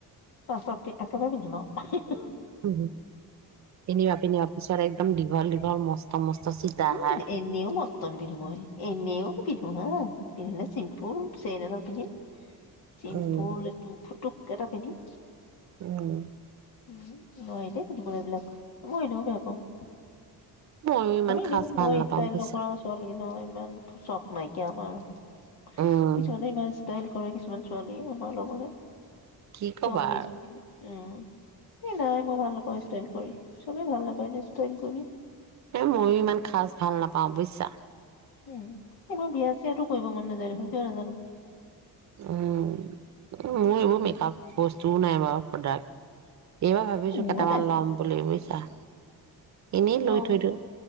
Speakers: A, on the left (about 75°); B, on the right (about 45°).
A: ত সত একেবাৰে পিন্ধিৱ
B: উ এনিবা পনিবা পিছত একদম দীঘল দীঘল মস্ত মস্ত চিতাহাৰ।
A: উম এনেও মস্ত নিপিন্ধো এনেও পিন্ধিলে চিম্পুল চেইন এডাল পিন্ধম। চিম্পুল
B: উম।
A: এইটো ফুটুক কেইটা পিন্ধিম।
B: উম।
A: উম নোৱাৰি দেই পিন্ধিবলৈ এইবিলাক মই এনেও বেয়া পাওঁ।
B: ময়ো ইমান
A: আমি
B: সাজ
A: দিওঁ
B: ভাল
A: মই
B: নাপাওঁ
A: ষ্টাইল
B: বুজিছা।
A: কৰা ছোৱালী ন। ইমান চখ নাইকিয়া আমাৰ।
B: উম,
A: কিছুমানে ইমান দাইল কৰে কিছুমান ছোৱালী আমাৰ লগৰে
B: কি কবা
A: অ
B: আৰু
A: আ এই নাই মই ভাল নাপাওঁ ষ্টাইল কৰি। চবেই ভাল নাপায় ষ্টাইল কৰি।
B: এ ময়ো ইমান খাজ ভাল নাপাওঁ বুজিছা।
A: উম। কি মই বিয়া চিয়াতো কৰিব মন নাজায় দো। কিয় নাজানো।
B: উ মোৰ এইবোৰ মেকাআপ বস্তুও নাই বাৰু প্ৰডাক্ট। এইবাৰ ভাবিছো
A: মোৰো
B: কেইটামান ল'ম বুলি বুজিছা। এনেই লৈ
A: আহ
B: থৈ দিওঁ